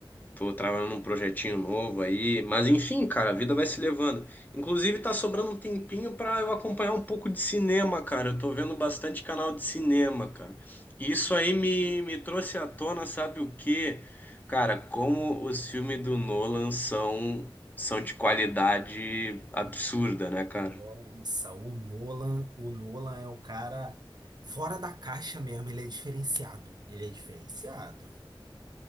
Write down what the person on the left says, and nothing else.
Tô trabalhando num projetinho novo aí, mas enfim, cara, a vida vai se levando. Inclusive, tá sobrando um tempinho pra eu acompanhar um pouco de cinema, cara. Eu tô vendo bastante canal de cinema, cara. E Isso aí me, me trouxe à tona, sabe o quê? Cara, como os filmes do Nolan são, são de qualidade absurda, né, cara?